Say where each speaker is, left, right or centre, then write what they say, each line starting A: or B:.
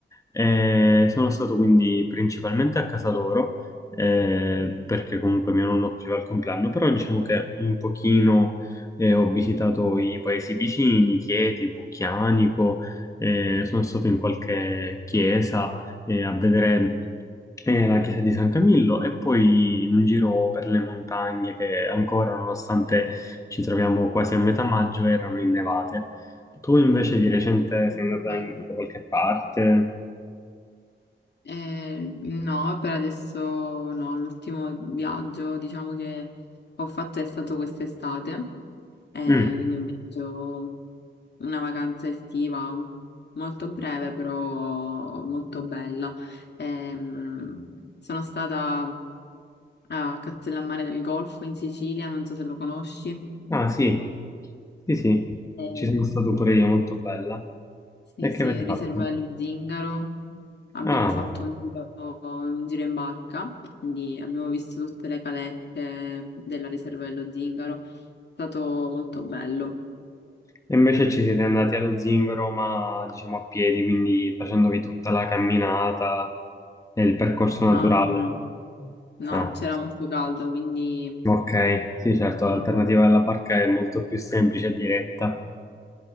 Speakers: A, on the left (about 15°); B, on the left (about 60°).
A: Eh, sono stato quindi principalmente a casa loro, eh, perché comunque mio nonno faceva il compleanno, però diciamo che un pochino, eh, ho visitato i paesi vicini, Chieti, Bucchianico, eh, sono stato in qualche chiesa e a vedere eh, la chiesa di San Camillo e poi un giro per le montagne che ancora, nonostante ci troviamo quasi a metà maggio, erano innevate. Tu invece
B: Mm,
A: di recente
B: molto
A: sei andata
B: bello.
A: in- da qualche parte?
B: Eh, no, per adesso no, l'ultimo viaggio diciamo che ho fatto è stato quest'estate, eh,
A: Mm.
B: quindi un viaggio, una vacanza estiva molto breve però molto bella. Ehm, sono stata a Castellammare del Golfo in Sicilia, non so se lo conosci.
A: Ah sì, sì sì,
B: Eh,
A: ci sono stato pure io, molto bella.
B: sì,
A: E
B: sì,
A: che avete
B: riserva
A: fatto?
B: dello Zingaro. Abbiamo
A: Ah,
B: fatto un giro, un giro in barca, quindi abbiamo visto tutte le calette della riserva dello Zingaro. È stato molto bello.
A: e invece ci siete andati allo Zingaro, ma diciamo a piedi, quindi facendovi tutta la camminata e il percorso
B: No,
A: naturale.
B: no, no, no,
A: Ah.
B: <laughs> c'era molto caldo, quindi
A: Ok, sì,
B: mm,
A: certo, l'alternativa alla barca è molto più semplice e diretta.